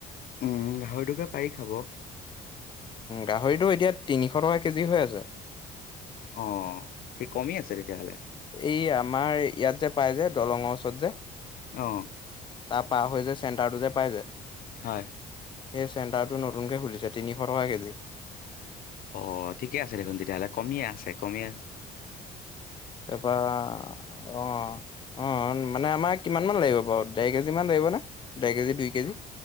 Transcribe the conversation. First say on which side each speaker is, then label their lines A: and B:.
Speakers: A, on the left; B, on the left.
A: উম গাহৰি টোকে পাৰি খাব।
B: গাহৰিটো এতিয়া তিনিশ টকা কেজি হৈ আছে।
A: অ ঠিক কমি আছে তেতিয়াহ'লে
B: এই আমাৰ ইয়াত যে পাই যে দলঙৰ ওচৰত যে।
A: আহ।
B: তাৰ পাৰ হৈ যে চেণ্টাৰটো যে পাই যে,
A: হয়।
B: সেই চেণ্টাৰটো নতুনকে খুলিছে তিনিশ টকা কেজি।
A: অ' ঠিকে আছে দেখোন তেতিয়াহ'লে কমিয়ে আছে। কমি আ
B: তাৰপৰা অ' অ' মানে আমাক কিমান মান লাগে, লাগিব বাৰু দেৰ কেজি মান লাগিব নে ডেৰ কেজি দুই কেজি।